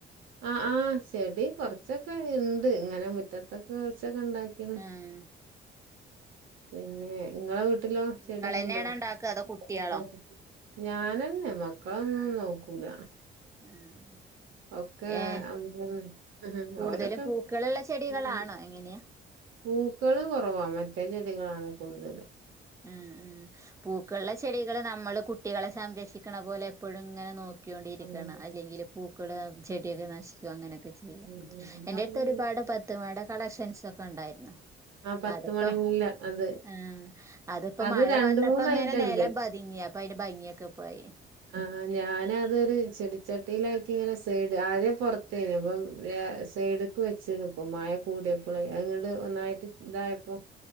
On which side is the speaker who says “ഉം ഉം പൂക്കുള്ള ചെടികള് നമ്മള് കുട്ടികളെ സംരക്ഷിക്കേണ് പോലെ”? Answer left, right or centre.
Right